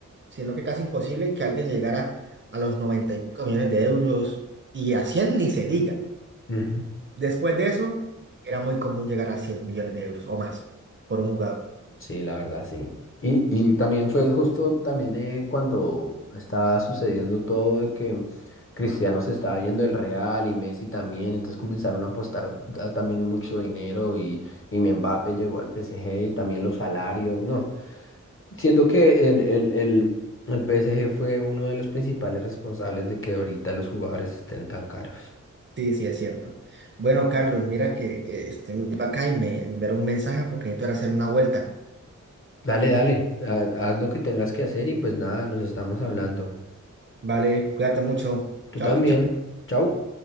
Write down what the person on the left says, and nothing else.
Ujú.
Sí, la verdad, sí. Y, y también fue justo también eh, cuando estaba sucediendo todo de que Cristiano se estaba yendo del Real y Messi también, entonces comenzaron a apostar ah, también mucho dinero y, y mi Mbappé llegó al PSG y también los salarios, no. Siento que el, el, el, el PSG fue uno de los principales responsables de que ahorita los jugadores estén tan caros.
Dale, dale, ha- haz lo que tengas que hacer y pues nada, nos estamos hablando.
Tú
también. Chau.